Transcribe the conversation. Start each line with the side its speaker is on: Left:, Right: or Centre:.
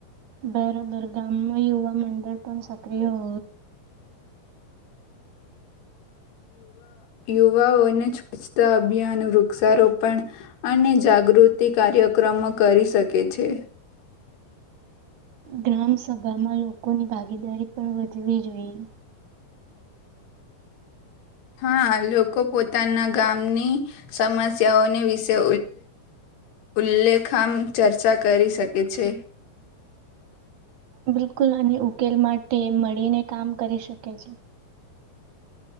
Right: બેરામર્ગા અમ યવા મંદળટો સ અ હો
Left: યુવાઓને સ્વચ્છતા અભિયાન વૃક્ષારોપણ અને જાગૃતિ કાર્યક્રમો કરી શકે છે
Right: ગ્રામ સભામાં લોકોની ભાગીદારી પણ વધવી જોઈએ
Left: હા લોકો પોતાના ગામની સમસ્યાઓની વિશે ઉલ્લેખામ ચર્ચા કરી શકે છે
Right: બિલકુલ આની ઉકેલ માટે મળીને કામ કરી શકે છે